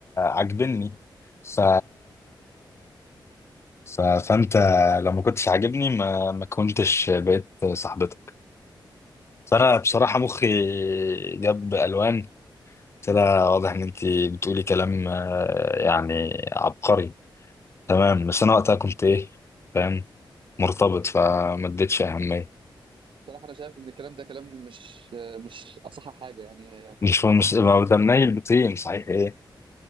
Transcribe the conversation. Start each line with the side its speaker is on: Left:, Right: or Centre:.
Left: عاجبني ف... ف... فانت لو ما كنتش عاجبني ما ما كنتش بقيت صاحبتك فانا بصراحة مخي جاب الوان كده واضح ان انت بتقولي كلام آه، يعني عبقري تمام بس انا وقتها كنت ايه فاهم مرتبط فما اديتش اهمية
Right: بصراحه انا شايف ان الكلام ده كلام مش آه، مش اصح حاجه يعني
Left: مش مش لو ده منيل بطين صحيح ايه